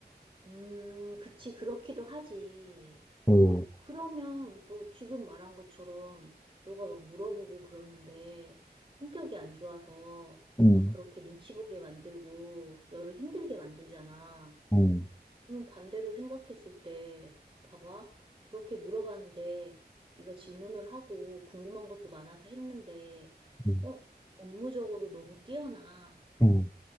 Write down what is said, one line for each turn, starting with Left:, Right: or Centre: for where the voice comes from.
Right: 음, 그치, 그렇기도 하지.
Left: 오
Right: 그러면 너 지금 말한 것처럼 너가 막 물어보고 그러는데 성격이 안 좋아서
Left: 음.
Right: 막 그렇게 눈치 보게 만들고 너를 힘들게 만들잖아.
Left: 음,
Right: 그럼 반대로 생각했을 때, 봐봐. 그렇게 물어봤는데, 네가 질문을 하고 궁금한 것도 많아서 했는데,
Left: 음,
Right: 어? 업무적으로 너무 뛰어나.
Left: 음,